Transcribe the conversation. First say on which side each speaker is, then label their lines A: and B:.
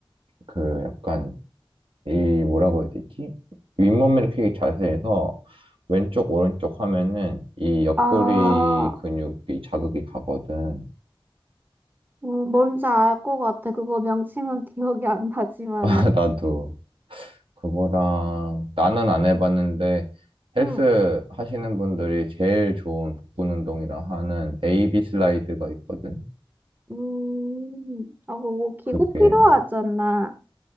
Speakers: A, on the right; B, on the right.
A: 그 약간, 이 뭐라고 해야 되지? 윗몸 일으키기 자세에서 왼쪽, 오른쪽 하면은 이 옆구리
B: 아,
A: 근육이 자극이 가거든.
B: 뭐 뭔지 알 것 같아. 그거 명칭은 기억이 안 나지만은.
A: <laughs> 나도 그거랑 나는 안 해봤는데 헬스
B: 응.
A: 하시는 분들이 제일 좋은 복근 운동이라 하는 AB 슬라이드가 있거든.
B: 음, 아, 그거 기구
A: 그게
B: 필요하잖아.